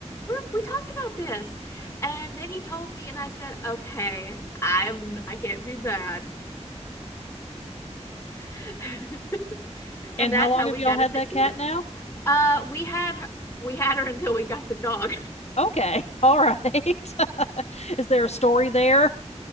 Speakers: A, on the left (about 25°); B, on the left (about 65°).
A: were, we talked about this. And then he told me and I said, Okay, I'm I can't be bad. <laughs>
B: And
A: and that's
B: how long
A: how
B: have
A: we
B: y'all
A: got
B: had
A: a tuxedo.
B: that cat now?
A: Uh we had her we had her <laughs> until we got the dog.
B: Okay. All right. <laughs> Is there a story there?